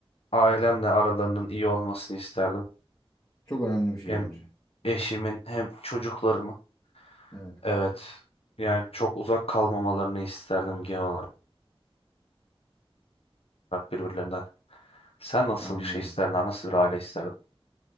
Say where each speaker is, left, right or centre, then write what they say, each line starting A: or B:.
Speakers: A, on the left; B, on the left.
A: ailemle aralarının iyi olmasını isterdim.
B: Çok önemli bir şey
A: Hem
B: bence.
A: eşimin hem çocuklarımın
B: Evet kanka.
A: evet yani çok uzak kalmamalarını isterdim genel olarak birbirlerinden. Sen nasıl
B: Anladım.
A: bir şey isterdin abi? Nasıl bir aile isterdin?